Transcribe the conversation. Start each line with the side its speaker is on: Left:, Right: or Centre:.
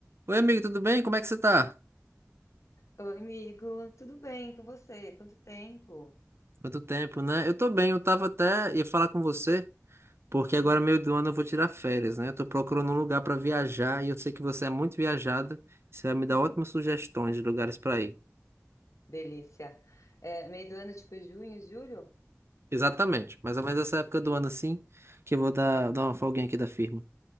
Right: Oi, amigo, tudo bem? Como é que você tá?
Left: Oi, amigo, tudo bem com você? Quanto tempo?
Right: Quanto tempo, né? Eu tô bem, eu tava até ia falar com você, porque agora
Left: Hum.
Right: meio do ano eu vou tirar férias, né? Eu tô procurando um lugar pra viajar e eu sei que você é muito viajada, você vai me dar
Left: <laughs>
Right: ótimas sugestões de lugares pra ir.
Left: Delícia. É, meio do ano, tipo junho, julho?
Right: Exatamente, mais ou menos essa época do
Left: Delícia.
Right: ano assim, que eu vou dar,
Left: Aham.
Right: dar uma folguinha aqui da firma.